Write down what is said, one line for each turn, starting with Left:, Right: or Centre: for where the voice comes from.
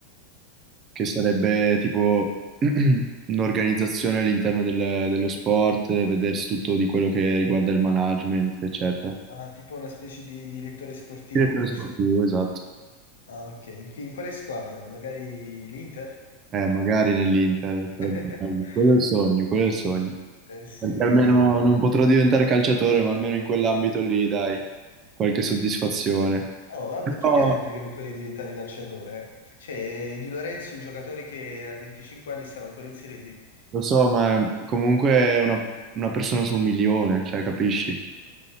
Right: che sarebbe tipo <clears throat> un'organizzazione all'interno del- dello sport, vedersi tutto di quello che riguarda il management, eccetera.
Left: Ah, tipo una specie di direttore sportivo,
Right: Direttore
Left: giusto?
Right: sportivo, esatto.
Left: Ah, ok. In, in quale squadra? Magari l'Inter?
Right: Eh, magari nell'Inter, sarebbe
Left: <laughs>
Right: bello. Quello è il sogno, quello è il sogno.
Left: Eh sì,
Right: Perché
Left: eh.
Right: almeno non potrò diventare calciatore, ma almeno in quell'ambito lì, dai, qualche soddisfazione.
Left: Oh, vabbè,
Right: Però,
Left: chi ti ha detto che non puoi diventare calciatore? Cioè, eh, Di Lorenzo è un giocatore che a 25 anni stava ancora in Serie D.
Right: lo so, ma comunque è una, una persona su un milione, cioè, capisci?